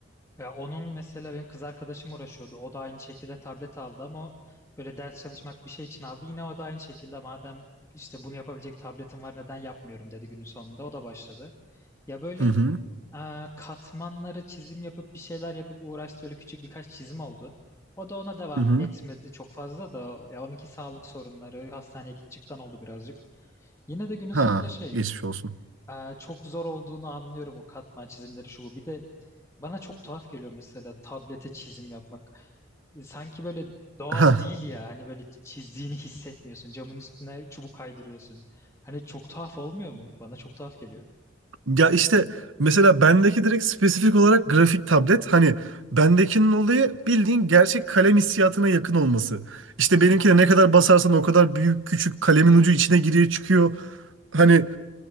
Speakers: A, on the left (about 15°); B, on the right (about 80°).
A: Ya onun mesela benim kız arkadaşım uğraşıyordu. O da aynı şekilde tablet aldı ama böyle ders çalışmak bir şey için aldı. Yine o da aynı şekilde madem işte bunu yapabilecek tabletim var neden yapmıyorum dedi günün sonunda. O da başladı. Ya böyle
B: Hı hı.
A: aa, katmanları çizim yapıp bir şeyler yapıp uğraştı. Böyle küçük birkaç çizim oldu. O da ona devam
B: Hı hı.
A: etmedi çok fazla da ya onunki sağlık sorunları hastaneye gidecekten oldu birazcık. Yine de günün sonunda
B: Ha,
A: şey
B: geçmiş olsun.
A: aa, çok zor olduğunu anlıyorum o katman çizimleri şu bu. Bir de bana çok tuhaf geliyor mesela tablete çizim yapmak. E, Sanki böyle doğal
B: Ha.
A: değil ya. Hani böyle çizdiğini hissetmiyorsun. Camın üstüne çubuk kaydırıyorsun. Hani çok tuhaf olmuyor mu? Bana çok tuhaf geliyor.
B: Ya işte mesela bendeki direkt spesifik olarak grafik tablet. Hani bendekinin olayı bildiğin gerçek kalem hissiyatına yakın olması. İşte
A: Hmm.
B: benimkine ne kadar basarsan o kadar büyük küçük kalemin ucu içine giriyor çıkıyor. Hani